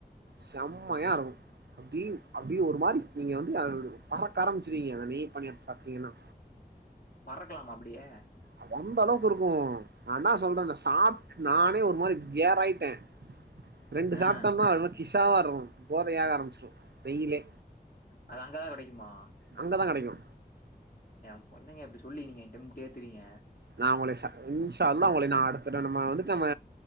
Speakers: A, on the right; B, on the left.
A: செம்மையா இருக்கு அப்டீன் அப்டியே ஒரு மாரி நீங்க வந்து அ பறக் ஆரமிச்சிர்வீங்க அந்த நெய் பணியார்த் சாப்டீங்கனா
B: பறக்லாமா அப்டியே
A: அது அந்த அளவுக்கு இருக்கு நான்தா சொல்றல்ல சாப்ட் நானே ஒரு மாரி கேர் ஆய்ட்டே ரெண்டு
B: ஆ
A: சாப்ட்டம்னா அது ம கிஸாவா இருக்கு போதையாக ஆரமிச்சிரு வெயிலே
B: அது அங்கதா கெடைக்குமா
A: அங்கதா கெடைக்கு
B: ஏ பொண்ணுங்க அப்டி சொல்லி நீங்க ஏன்கிட்டம் கேக்குறீங்க
A: நான் உங்குள ஸா ஈஸா அல்லா உங்களை நா அடுத்த டைம் நம்ம வந்துட்டு நம்ம